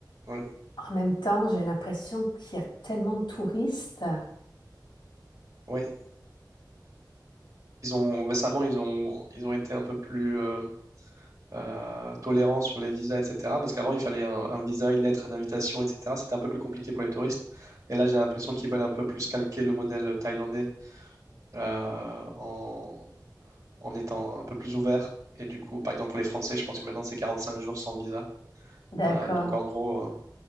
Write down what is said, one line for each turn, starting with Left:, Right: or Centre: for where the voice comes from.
Right: Ouais,
Left: En même temps, j'ai l'impression qu'il y a tellement de touristes.
Right: ouais. Ils ont récemment, ils ont, ils ont été un peu plus euh, euh, tolérants sur les visas, etc. Parce qu'avant, il fallait un, un visa, une lettre d'invitation, etc. C'était un peu plus compliqué pour les touristes. Et là, j'ai l'impression qu'ils veulent un peu plus calquer le modèle thaïlandais euh, en, en étant un peu plus ouvert. Et du coup, par exemple, pour les Français, je pense que maintenant, c'est 45 jours sans visa.
Left: D'accord.
Right: Euh, donc, en gros, euh,